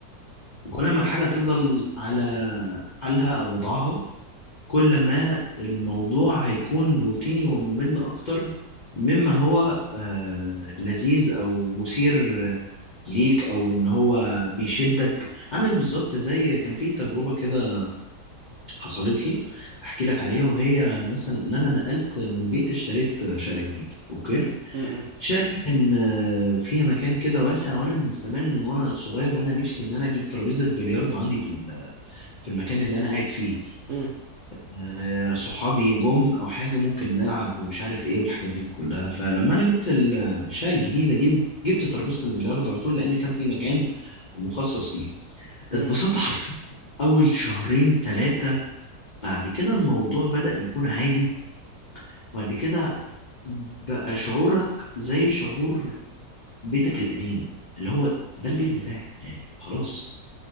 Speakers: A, on the left; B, on the right.
A: وكل ما الحاجة تفضل على حالها او وضعها كل ما الموضوع هيكون روتيني وممل أكتر مما هو آه، لذيذ أو مثير آه، ليك أو إن هو بيشدك عامل بالظبط زي كان في تجربة كده حصلت لي أحكي لك عليها وهي مثلا إن أنا نقلت من بيت اشتريت شقة جديدة أوكي
B: مم. مم.
A: الشقة دي كان آه، فيها مكان كده واسع وأنا من زمان من وأنا صغير وأنا نفسي إن أنا أجيب ترابيزة بلياردو عندي في ال- في المكان اللي أنا قاعد فيه
B: مم.
A: آه، صحابي جم او حاجه ممكن نلعب ومش عارف ايه والحاجات دي كلها فلما انا جبت ال- الشقه الجديده دي وجبت ترابيزه البلياردو على طول لان كان في مكان مخصص ليها اتبسطت
B: مم.
A: حرفيا اول شهرين ثلاثه بعد كده الموضوع بدأ يكون عادي وبعد كده بقى شعورك زي شعور بيتك القديم اللي هو ده البيت بتاعي يعني خلاص